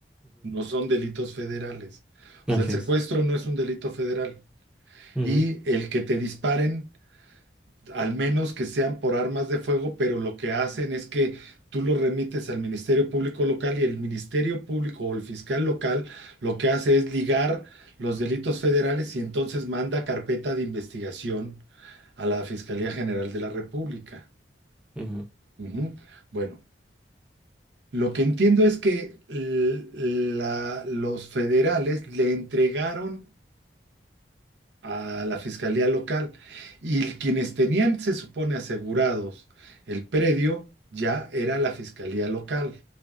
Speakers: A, on the right; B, in the centre.
A: no son delitos federales.
B: ujú,
A: O sea,
B: Así
A: el secuestro
B: es.
A: no es un delito federal.
B: Ujú,
A: Y el que te disparen al menos que sean por armas de fuego, pero lo que hacen es que tú lo remites al Ministerio Público local y el Ministerio Público o el fiscal local lo que hace es ligar los delitos federales y entonces manda carpeta de investigación a la Fiscalía General de la República.
B: ujú,
A: Ujú. Bueno, lo que entiendo es que l- la- los federales le entregaron a la fiscalía local. Y quienes tenían, se supone, asegurados el predio, ya era la fiscalía local,